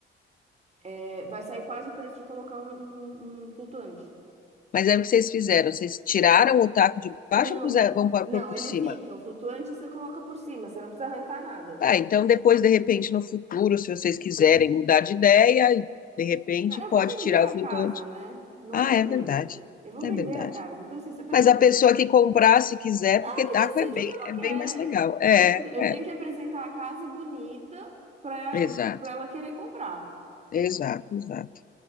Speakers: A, on the right; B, on the left.
A: é, vai sair quase o preço de colocar um, um- um flutuante.
B: Mas é o que vocês fizeram, vocês tiraram o taco de baixo
A: Não,
B: e puseram, vão pôr
A: não,
B: pôr por
A: ele
B: cima.
A: fica. O flutuante você coloca por cima, você não precisa arrancar nada.
B: Tá, então depois, de repente, no futuro, se vocês quiserem mudar de ideia, de repente
A: Não, eu
B: pode
A: vou vender
B: tirar o
A: a
B: flutuante.
A: casa, né? Não
B: Ah,
A: é para
B: é
A: mim.
B: verdade,
A: Eu vou
B: é
A: vender
B: verdade.
A: a casa. Então, assim, se a pessoa
B: Mas a
A: quiser
B: pessoa que comprar, se quiser,
A: Ela
B: porque
A: que
B: taco
A: decide
B: é bem,
A: o que ela
B: é
A: quer.
B: bem mais legal. É,
A: Ela que... de- Eu
B: é,
A: tenho que apresentar a casa bonita para
B: Exato.
A: para ela querer comprar.
B: Exato, exato.